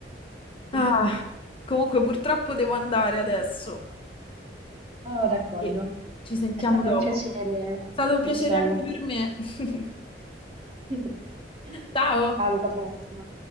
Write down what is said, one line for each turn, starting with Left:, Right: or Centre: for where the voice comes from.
Left: Ah,
Right: <laughs>
Left: comunque purtroppo devo andare adesso.
Right: Oh, d'accordo.
Left: Sì. Ci sentiamo
Right: È stato
Left: dopo.
Right: un piacere,
Left: È stato un
Right: Michelle.
Left: piacere anche per me. <laughs>
Right: <laughs>
Left: Ciao!
Right: Ciao, alla prossima.